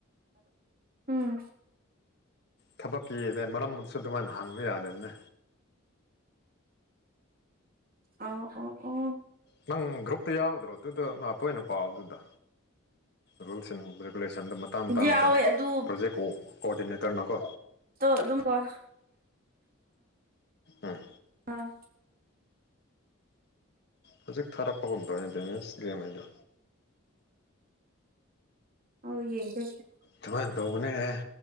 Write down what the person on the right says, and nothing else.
ꯎꯝ
ꯑꯥꯎ ꯑꯣ ꯑꯣ
ꯌꯥꯎꯋꯦ ꯑꯗꯨ
ꯇꯣ ꯑꯗꯨꯝꯕ
ꯑꯥ
ꯑꯣ ꯌꯦꯡꯒꯦ